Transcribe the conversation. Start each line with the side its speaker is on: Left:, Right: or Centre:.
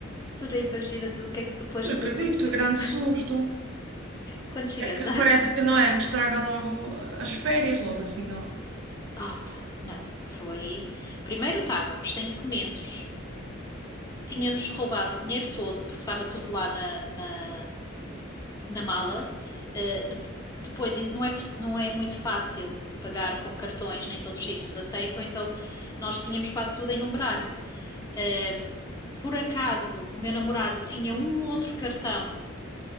Left: tu nem imaginas o que é que depois
Right: Mas
Left: nos
Right: acredito
Left: aconteceu.
Right: que grande susto.
Left: Quando chegamos
Right: É que
Left: à
Right: parece que não é, que estraga logo as férias, logo assim, ó.
Left: Opa, não. Foi. Primeiro estávamos sem documentos, tinha-nos roubado o dinheiro todo, porque estava tudo lá na, na, na mala. Uh, de- depois não é, não é muito fácil pagar com cartões, nem todos os sítios aceitam, então nós tínhamos quase tudo em numerário. Uh, por acaso, o meu namorado tinha um outro cartão,